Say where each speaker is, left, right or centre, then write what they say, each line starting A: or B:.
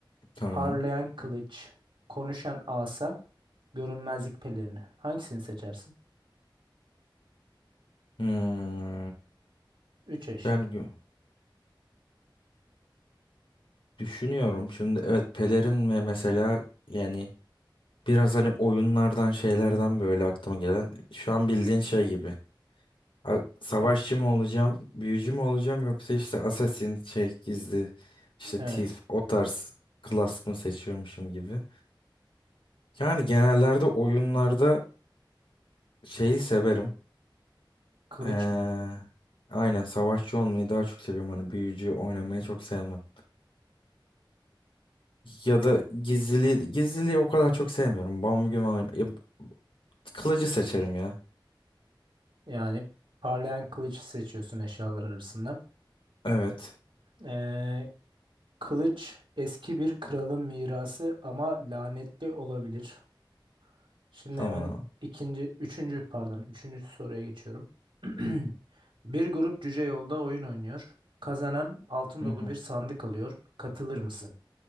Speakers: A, on the left; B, on the right.
A: Tamam.
B: Parlayan kılıç, konuşan asa, görünmezlik pelerini. Hangisini seçersin?
A: Hmm.
B: Üç eşya.
A: Yani gü- düşünüyorum şimdi evet pelerin ve mesela yani biraz hani oyunlardan şeylerden böyle aklıma gelen şu an bildiğin şey gibi. A- Savaşçı mı olacağım, büyücü mü olacağım yoksa işte assassin şey gizli işte
B: Evet.
A: thief o tarz class mı seçiyormuşum gibi. Yani genellerde oyunlarda şeyi severim.
B: Kılıç
A: Ee,
B: mı?
A: aynen savaşçı olmayı daha çok seviyorum. Hani büyücü oynamayı çok sevmem. Ya da gizliliği, gizliliği o kadar çok sevmiyorum. Bambu gün oyn- ya, kılıcı seçerim ya.
B: Yani parlayan kılıcı seçiyorsun eşyalar arasından.
A: Evet.
B: Ee, kılıç eski bir kralın mirası ama lanetli olabilir. Şimdi
A: Tamam.
B: hemen ikinci, üçüncü pardon, üçüncü soruya geçiyorum. <clears throat> Bir grup cüce yolda oyun oynuyor. Kazanan altın
A: Hı
B: dolu
A: hı.
B: bir sandık alıyor. Katılır mısın?